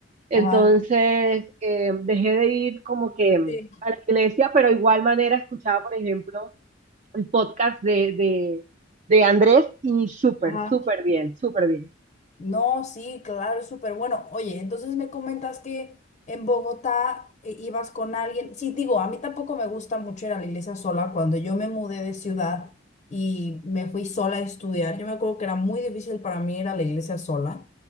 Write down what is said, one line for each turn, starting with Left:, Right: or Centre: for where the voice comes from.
Right: Entonces
Left: ajá.
Right: eh, dejé de ir como que
Left: Sí.
Right: a la iglesia, pero de igual manera escuchaba, por ejemplo el podcast de, de, de Andrés y súper,
Left: Ajá.
Right: súper bien, súper bien.
Left: No, sí, claro, es súper bueno. Oye, entonces me comentas que en Bogotá eh, ibas con alguien. Sí, digo, a mí tampoco me gusta mucho ir a la iglesia sola. Cuando yo me mudé de ciudad y me fui sola a estudiar, yo me acuerdo que era muy difícil para mí ir a la iglesia sola,